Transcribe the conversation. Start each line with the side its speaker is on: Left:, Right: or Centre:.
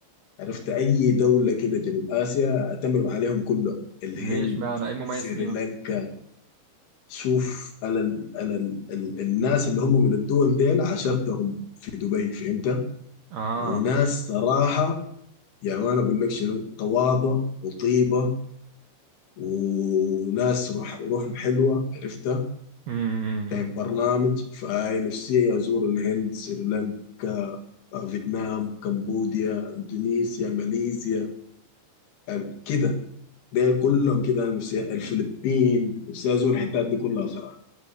Left: عرفت اي دولة كده جنوب اسيا اتمم عليهم كلهم الهند
Right: ليش معنى ايه المميز
Left: سريلانكا
Right: فيها
Left: شوف انا ال انا ال ال الناس اللي هم من الدول ديل عاشرتهم في دبي فهمت
Right: اه
Left: وناس صراحة يا مان اقول لك شنو تواضع وطيبة وناس روح روحهم حلوة عرفت
Right: امم أمم.
Left: طيب برنامج فنفسي أزور الهند سريلانكا آه، فيتنام كمبوديا إندونيسيا ماليزيا آه، كده ديل كلهم كده أنا نفسي الفلبين نفسي أزور الحتات دي كلها صراحة